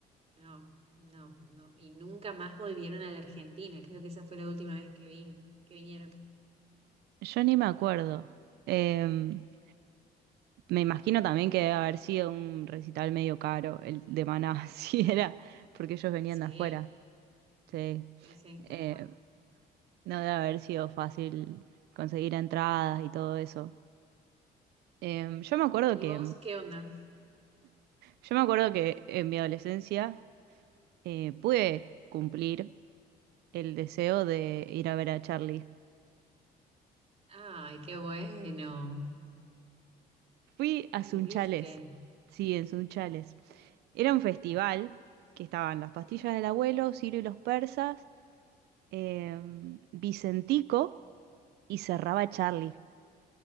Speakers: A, on the right; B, on the right.
A: No, no, no. Y nunca más volvieron a la Argentina. Creo que esa fue la última vez que vino, que vinieron.
B: Yo ni me acuerdo. Em, Me imagino también que debe haber sido un recital medio caro, el de Maná, <laughs> si era, porque ellos venían
A: Sí,
B: de afuera. Sí.
A: sí, sí, tal
B: Eh,
A: cual.
B: no debe haber sido fácil conseguir entradas y todo eso. Eh, yo me acuerdo
A: ¿Y
B: que,
A: vos qué onda?
B: yo me acuerdo que en mi adolescencia eh, pude cumplir el deseo de ir a ver a Charlie.
A: Ay, qué bueno.
B: Fui a
A: ¿Lo
B: Sunchales,
A: viste?
B: sí, en Sunchales. Era un festival que estaban las pastillas del abuelo, Ciro y los persas em, Vicentico y cerraba Charlie.